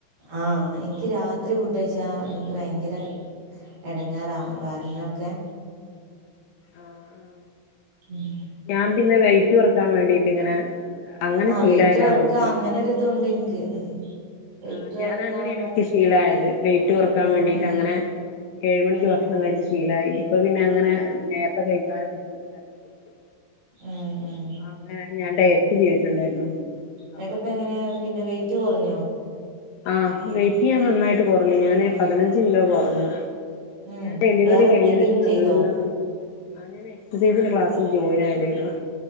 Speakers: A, on the right; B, on the left.
A: ആഹ് എനിക്ക് രാത്രി ഫുഡഴിച്ചാ എനിക്ക് ഭയങ്കര എടങ്ങേറ വയറിനൊക്കെ
B: ആഹ്
A: ഉം.
B: ഞാൻ പിന്നെ വെയിറ്റ് കുറക്കാൻ വേണ്ടീട്ട് ഇങ്ങനെ അങ്ങനെ
A: ആഹ്
B: ശീലായതാണ്
A: വെയിറ്റ് കൊറക്ക
B: എനിക്ക്
A: അങ്ങനൊരിതുണ്ട് എനിക്ക് വെയിറ്റ്
B: ആഹ് ഞാൻ
A: കൊറക്കാന്നുള്ള
B: അങ്ങനേണ് എനിക്ക് ഷീലായത് വെയിറ്റ് കുറക്കാൻ
A: ഉം
B: വേണ്ടീട്ട്
A: ഉം
B: അങ്ങനെ ഏഴ് മണിക്ക്ക്ഷണം
A: ഉം
B: കഴിച്ച് ഷീലായി ഇപ്പൊ പിന്നെ അങ്ങനെ നേരത്തെ കഴിച്ചാല് കുട്ടികൾക്ക് നേരത്തെ കൊടുക്കും
A: ഉം ഉം
B: അങ്ങനെ ഞാൻ ഡയറ്റ് ചെയ്തിട്ടുണ്ടായിരുന്നു
A: എന്നിട്ടിപ്പഎങ്ങനെയ
B: അപ്പൊ അങ്ങനെ
A: പിന്നെ വെയിറ്റ് കൊറഞ്ഞോ
B: ആഹ് വെയിറ്റ് ഞാൻ നന്നായിട്ട് കൊറഞ്ഞു ഞാന് പതിനഞ്ച് കിലോ കൊറഞ്ഞു
A: ഉം
B: ഞാൻ ഡെലിവറി
A: വേറെ
B: കഴിഞ്ഞേന്
A: എന്തെങ്കിലും
B: ശേഷം നല്ലോണം
A: ചെയ്തോ
B: അങ്ങനെ എക്സസൈസിന്റെ ക്ലാസ്സില് ജോയിൻ ആയതായിരുന്നു